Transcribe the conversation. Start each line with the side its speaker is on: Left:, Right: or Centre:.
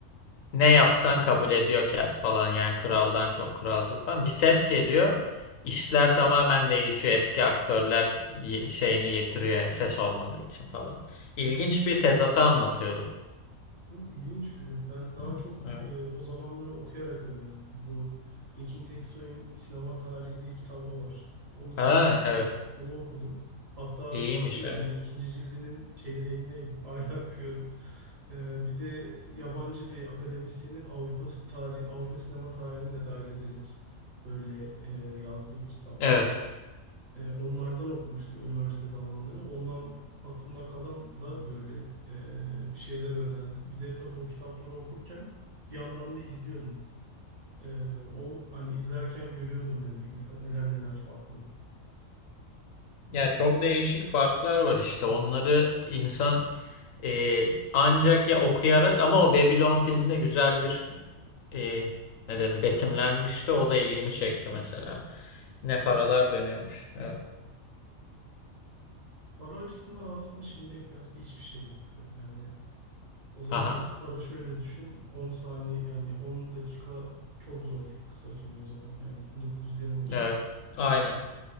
Left: ne yapsan kabul ediyor kes falan yani kraldan çok kralcık falan. Bir ses geliyor. İşler tamamen değişiyor. Eski aktörler y- şeyini getiriyor ses olmadığı için falan. İlginç bir tezatı anlatıyordu.
Right: Hı, İlginç bir film. Ben daha
Left: Hı,
Right: çok
Left: Evet.
Right: e, o zamanları okuyarak öğrendim. Bu Tekin Teksoy'un Sinema Tarihi diye kitabı var. Onun
Left: Ha, evet.
Right: şey, onu okudum. Hatta
Left: İyiymiş
Right: bitirmedim
Left: evet.
Right: de ikinci cildinin çeyreğindeyim. <laughs> Hala okuyorum. E, bir de yabancı bir akademisyenin Avrupa tarihi, Avrupa sinema tarihini de dahil ederek böyle e, yazdığı bir kitap
Left: Evet.
Right: var. E, onlardan okumuştum üniversite zamanları. Ondan aklımda kalanla böyle e, bir şeyler öğrendim. Bir de tabii o kitapları okurken bir yandan da izliyordum. E, o hani izlerken görüyordum yani ne- neler neler farklı.
Left: Ya
Right: O
Left: çok değişik farklar var
Right: izliyor.
Left: işte. Onları insan e, ancak ya okuyarak ama o Babylon filminde güzel bir e, ne denir betimlenmişti. O da ilgimi çekti mesela. Ne paralar dönüyormuş. Evet.
Right: Para açısından aslında şimdiye kıyasla hiçbir şey yok. Yani o zamanki
Left: Aha.
Right: para şöyle düşün 10 saniye yani 10 dakika çok zor kısa film o zaman. Yani 1900'lerin başında.
Left: Evet. Aynen.
Right: Ee,